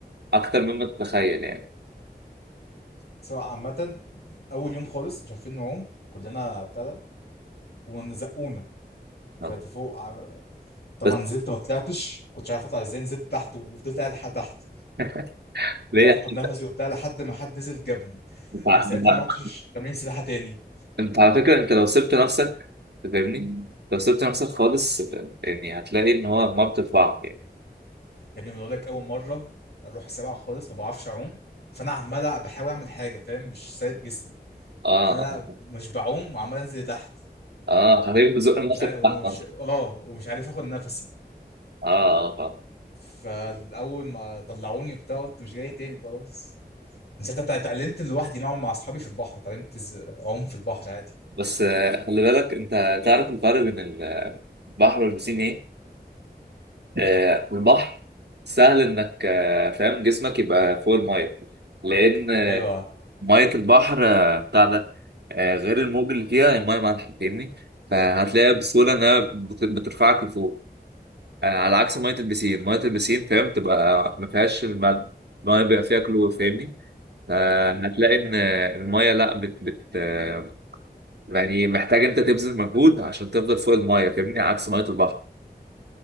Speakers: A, on the right; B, on the left.
A: اكتر مما تتخيل يعني
B: سواء عامه اول يوم خالص مش عارفين نعوم كلنا ابتدى وزقونا
A: آه.
B: طلعت فوق ع- طبعا
A: بس
B: نزلت ما طلعتش كنتش عارف اطلع ازاي نزلت تحت وفضلت قاعد لحد تحت
A: <laughs> ليه
B: مش عارف
A: يا عم
B: اخد نفسي
A: انت
B: وبتاع لحد ما حد نزل جابني
A: انت
B: من
A: انت
B: ساعتها ما رحتش تمرين سباحه تاني
A: انت على فكره انت لو سبت نفسك فاهمني لو سبت نفسك خالص يعني هتلاقي ان هو ما بتطلع يعني
B: يا ابني بقول لك اول مره اروح سباحه خالص ما بعرفش اعوم فانا عمال بحاول اعمل حاجه فاهم مش سايب جسمي
A: اه
B: فانا
A: اه
B: مش بعوم وعمال انزل لتحت
A: آه، حبيبي بزق نفسك
B: مش عارف ومش
A: تحت
B: اه ومش عارف اخد نفسي
A: اه اه فاهم
B: فاول ما طلعوني وبتاع قلت مش جاي تاني خلاص من ساعتها اتع- اتعلمت لوحدي معاهم مع اصحابي في البحر اتعلمت إز- اعوم في البحر عادي
A: بس آه، خلي بالك انت تعرف الفرق بين البحر والبسين ايه؟ آه البحر سهل انك آه فاهم جسمك يبقى فوق الميه لان آه،
B: ايوه ما
A: ميه البحر آه، بتاع ده آه غير الموج اللي فيها الميه مالحه فاهمني؟ فهتلاقيها بسهوله انها بت- بترفعك لفوق آه على عكس ميه البسين، ميه البسين فاهم تبقى ما فيهاش الملح الميه بيبقى فيها كلور فاهمني؟ فهتلاقي ان آه، الميه لا بت بت آه، يعني محتاج انت تبذل مجهود عشان تفضل فوق المايه فاهمني عكس ميه البحر